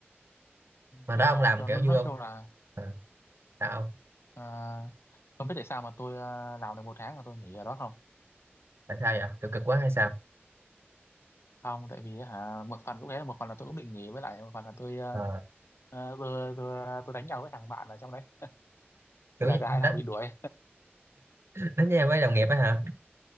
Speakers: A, on the right; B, on the left.
A: mà
B: nhưng
A: đó ông
B: mà
A: làm
B: tôi
A: kiểu
B: nói nói
A: vui không
B: chung là
A: Ờ, sao không
B: à, không biết tại sao mà tôi à, làm được một tháng là tôi nghỉ ở đó không
A: tại sao vậy kiểu cực quá hay sao
B: không tại vì hả một phần cũng thế một phần là tôi cũng định nghỉ với lại một phần là tôi à,
A: Ờ,
B: à, tôi, tôi à, tôi đánh nhau với thằng bạn ở trong đấy
A: kiểu
B: Thế
A: như
B: là cả hai thằng
A: đánh,
B: bị đuổi
A: đánh nhau với đồng nghiệp á hả